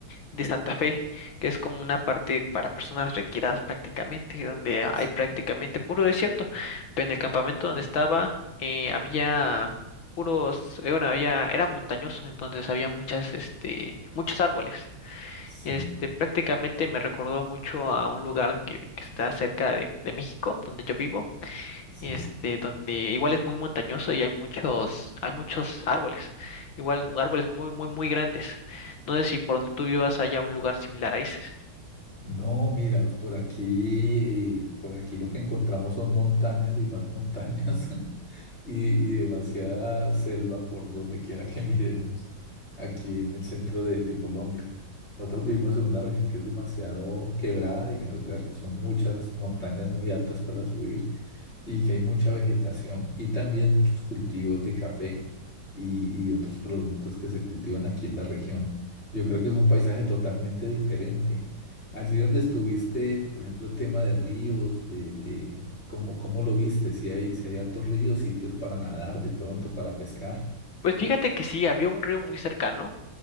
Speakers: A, on the left; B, on the left.
A: de Santa Fe, que es como una parte para personas retiradas prácticamente, donde hay
B: sí,
A: prácticamente puro desierto. Pero en el campamento donde estaba eh, había puros, eh, bueno, había, era montañoso, entonces había muchas, este, muchos árboles.
B: sí,
A: Este, prácticamente me recordó mucho a un lugar que, que está cerca de, de México, donde yo vivo
B: sí.
A: este, donde igual es muy montañoso y hay muchos, hay muchos árboles, igual árboles muy, muy, muy grandes. No sé si por donde tú vivas haya un lugar similar a ese.
B: No, mira, por aquí, eh, por aquí lo que encontramos son montañas y más montañas. <laughs> y, y demasiada selva por donde quiera que <laughs> miremos aquí en el centro de, de Colombia. Nosotros vivimos en una región que es demasiado quebrada, digamos, o sea, que son muchas montañas muy altas para subir y que hay mucha vegetación y también muchos cultivos de café y, y de otros productos que se cultivan aquí en la región. Yo creo que es un paisaje totalmente diferente. Allí donde estuviste, por ejemplo, el tema de ríos, de, de cómo, cómo lo viste, si hay, si hay hartos ríos, sitios para nadar de pronto, para pescar.
A: Pues fíjate que sí, había un río muy cercano,